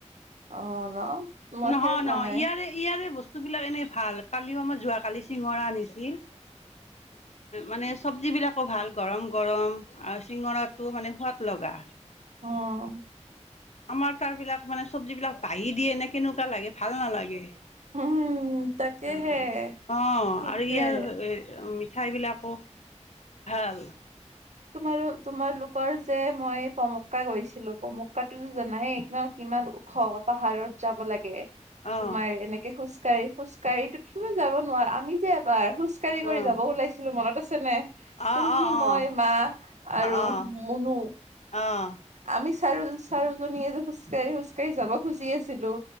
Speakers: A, on the right; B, on the left.
A: অ' ন'! মই
B: নহয়
A: খাই পোৱা
B: নহয়।
A: নাই
B: ইয়াৰে ইয়াৰে বস্তুবিলাক এনেই ভাল। কালিও আমাৰ যোৱাকালি চিঙৰা আনিছিল। মানে চব্জিবিলাকো ভাল, গৰম গৰম আৰু চিঙৰাটো মানে সোৱাদ লগা।
A: অ'।
B: আমাৰ তাৰ বিলাক মানে চবজি বিলাক বাহি দিয়ে নে, কেনেকুৱা লাগে ভাল নালাগে।
A: উম তাকেহে
B: অ'
A: সেইটোৱে
B: আৰু ইয়াৰ মিঠাই বিলাক <unintelligible> ভাল।
A: তোমাৰ তোমালোকৰ যে মই কমক্কা গৈছিলোঁ কমক্কাটো জানাইে ন। কিমান ওখ পাহাৰত যাব লাগে।
B: অ',
A: তোমাৰ এনেকে খোজকাঢ়ি খোজকাঢ়ি ত কোনো যাব নোৱাৰা আমি যে এবাৰ খোজ খোজ কাঢ়ি কৰি
B: অ', অ',
A: যাব ওলাইছিলোঁ মনত আছে নাই
B: অ',
A: তুমি
B: অ',
A: মই?
B: অ',
A: মা আৰু
B: অ',
A: মুনু।
B: অ',
A: আমি চাৰি চাৰোজনীয়ে যে খোজকাঢ়ি খোজকাঢ়ি যাব খুজি আছিলোঁ।